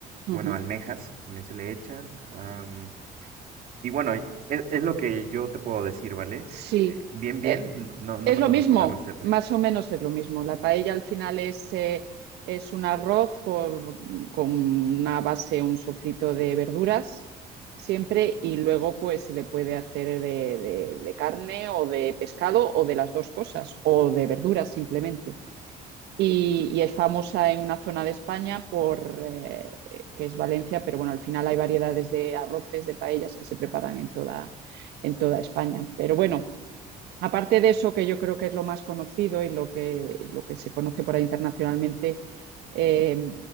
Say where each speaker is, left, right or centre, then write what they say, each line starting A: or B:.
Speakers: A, on the right; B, on the right.
A: ujú.
B: bueno, almejas, también se le echan. am, y bueno, y- es, es lo que yo te puedo decir, ¿vale?
A: Sí,
B: Eh, bien, bien,
A: Eh,
B: no, no
A: Es
B: me
A: lo
B: conozco
A: mismo,
B: la receta.
A: más o menos es lo mismo. La paella al final es, eh, es un arroz con, con una base, un sofrito de verduras siempre y luego pues se le puede hacer de, de- de carne o de pescado o de las dos cosas o de verduras simplemente. Y, y es famosa en una zona de España por, eh, que es Valencia, pero bueno, al final hay variedades de arroces, de paellas que se preparan en toda, en toda España. Pero bueno, aparte de eso, que yo creo que es lo más conocido y lo que, lo que se conoce por ahí internacionalmente, eh,